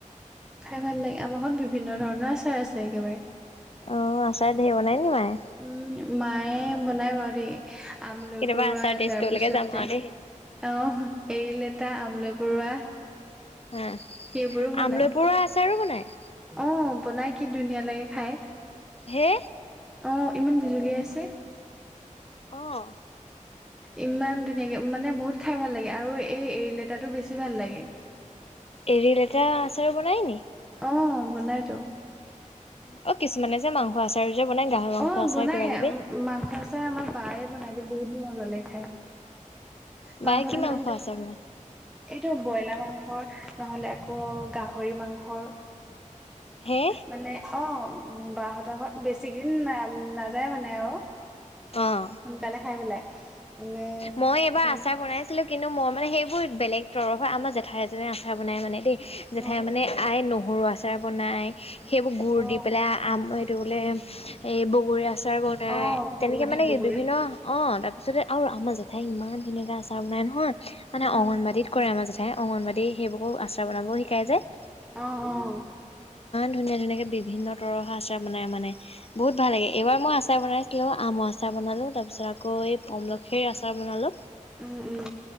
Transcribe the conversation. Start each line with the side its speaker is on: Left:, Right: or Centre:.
Centre: খাই ভাল লাগে আমাৰ ঘৰত বিভিন্ন ধৰণৰ আচাৰ আছে একেবাৰে
Left: অ আচাৰ ধেৰ বনাই নি মায়ে?
Centre: উম মায়ে বনাই বাৰ দেই আম লৈ
Left: কেতিয়াবা
Centre: পৰুৱা
Left: আচাৰ টেষ্ট
Centre: তাৰপিছতে
Left: কৰিবলৈকে যাম আৰু দেই
Centre: আহ এৰী লেটা আমলৈ পৰুৱা,
Left: হা
Centre: সেইবোৰো বনাই
Left: আমলৈ পৰুৱা আচাৰ ও বনাই।
Centre: অ বনাই কি ধুনীয়া লাগে খাই।
Left: হে
Centre: আহ ইমান বিজুলী আছে
Left: অ
Centre: ইমান ধুনীয়াকে মানে বহুত খাই ভাল লাগে আৰু এই এৰী লেতাটো বেছি ভাল লাগে।
Left: এৰি লেতাৰ‌ও আচাৰ বনাই নি‌?
Centre: অ বনাই টো
Left: অ কিছুমানে যে মাংস আচাৰ যে বনাই গাহৰি মাংস
Centre: অ বনায়
Left: কিবা কিবি
Centre: মাংস আছোই আমাৰ বায়ে বনাই দি বহুত মজালে খাই মাংস
Left: বায়ে কি
Centre: তটো
Left: আচাৰ বনাই
Centre: এইটো ব্ৰইলাৰ মাংস নহলে আকৌ গাহৰি মাংসৰ
Left: হে
Centre: মানে অ বাহতৰ ঘৰত বেছি, না নাযায় মানে আৰু
Left: অ
Centre: সোনকালে খাই পেলাই। মানে
Left: মই এবাৰ
Centre: ধৰ
Left: আচাৰ বনাইছিলো কি কিন্তু মই মানে সেইবোৰ বেলেগ তৰফৰ আমাৰ জেঠাই এজনে আচাৰ বনাই মানে দেই জেঠাই
Centre: উম
Left: মানে আই নহ গৰু আচাৰ বনায়। সেইবোৰ গুুৰ
Centre: অ
Left: দি পেলাই আম এইটো বোলে এই বগৰী আচাৰ বনাই
Centre: অ
Left: তেনেকে
Centre: দূৰ ডিব্ৰুগড়ি
Left: মানে। নেকি বিভিন্ন অ ত তাৰিছতে আৰু আমাৰ জেঠাই ইমান ধুনীয়াকে আচাৰ বনাই নহয় মানে
Centre: উম
Left: অংগবাদীত কৰে আমাৰ জেঠাই। অংগনবাদী সেইবোৰকো আশ্ৰাৰ বনাবও শিকাই যায়।
Centre: অ অ
Left: ধুনীয়া ধুনাকে বিভিন্ন তৰৰ আছে মানে মানে বহুত ভাল লাগে এইবাৰ মই আচাৰ আচাৰ বনাইছিলো আম আচাৰ বনালো তাৰপিছত আকৌ এই পমলখিৰ আচাৰ বনালো।
Centre: উম উম